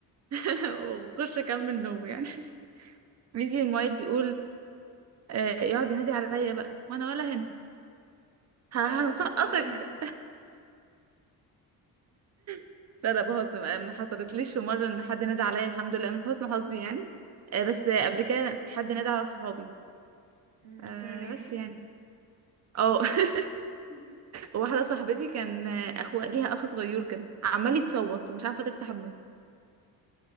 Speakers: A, on the right; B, on the right.
A: <laughs> واخش اكمل نوم يعني بيجي المعيد يقول آه، يقعد ينادي عليا بقى وانا ولا هنا ه-
B: معلش
A: هسقطك
B: والله نايمة
A: <laughs> لا لا بهزر ما ما حصلتليش في مره ان حد نادى عليا الحمد لله من حسن حظي يعني آه، بس آه، قبل كده حد نادى على صحابي
B: أمم،
A: آه،
B: كانوا نايمين
A: بس يعني اه <laughs>
B: <laughs>
A: واحدة صاحبتي كان اخو ليها اخ صغير كده عمال يصوت ومش عارفة تفتح المايك